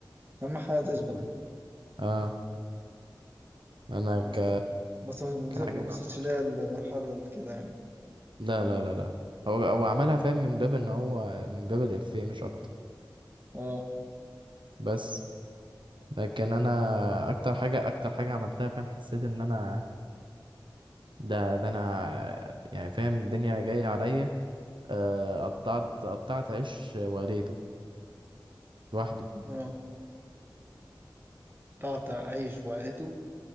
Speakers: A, on the right; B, on the right.
A: أهم حاجة تشبع
B: تمام. اه أنا
A: بس
B: ك
A: بس ما وص-
B: كحاجة
A: ما
B: بعملها
A: وصلتش ليا
B: شبه
A: المرحلة اللي كده يعني
B: لا لا لا لا هو هو عملها فاهم من باب إن هو من باب الإفيه مش أكتر
A: اه
B: بس لكن انا اكتر حاجه اكتر حاجه عملتها فاهم حسيت ان انا ده ده انا يعني فاهم الدنيا جايه عليا آه، قطعت قطعت عيش وريته لوحده
A: اه تعطى عيش وعيلته